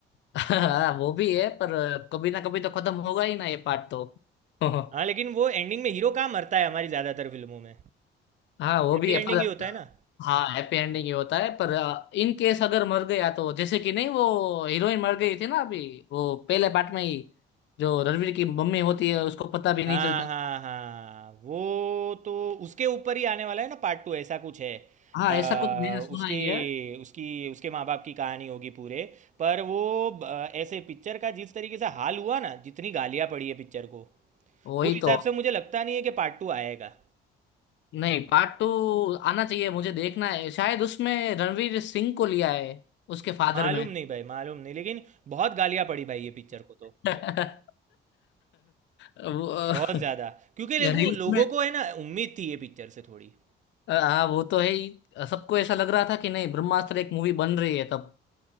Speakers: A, on the left; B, on the right.
A: <laughs> वो भी है पर कभी ना कभी तो खत्म होगा ही ना ये पार्ट तो <laughs>
B: हाँ लेकिन वो एंडिंग में हीरो कहाँ मरता है हमारी ज़्यादातर फिल्मों में
A: हाँ वो
B: हैप्पी
A: भी है
B: एंडिंग
A: पर
B: ही होता है ना
A: हाँ हैप्पी एंडिंग ही होता है पर इन केस अगर मर गया तो जैसे कि नहीं वो हीरोइन मर गई थी ना अभी वो पहले पार्ट में ही जो रणवीर की मम्मी होती है उसको पता भी नहीं
B: हाँ
A: चलता
B: हाँ हाँ वो तो उसके ऊपर ही आने वाला है ना पार्ट टू ऐसा कुछ है
A: हाँ
B: आ,
A: ऐसा कुछ मैंने
B: उसकी
A: सुना ही है
B: उसकी उसके माँ बाप की कहानी होगी पूरे पर वो अ, ऐसे पिक्चर का जिस तरीके से हाल हुआ ना जितनी गालियाँ पड़ी है पिक्चर को
A: वही
B: वो हिसाब
A: तो
B: से मुझे लगता नहीं है कि पार्ट टू आएगा
A: नहीं पार्ट टू आना चाहिए मुझे देखना है शायद उसमें रणवीर सिंह को लिया है उसके फादर
B: मालूम
A: में
B: नहीं भाई मालूम नहीं लेकिन बहुत गालियाँ पड़ी भाई ये पिक्चर को तो
A: <laughs> वो,
B: बहुत ज़्यादा क्योंकि
A: रिलीज
B: लोगों लोगों
A: में
B: को है ना उम्मीद थी ये पिक्चर से थोड़ी
A: हाँ वो तो है ही सबको ऐसा लग रहा था कि नहीं ब्रह्मास्त्र एक मूवी बन रही है तब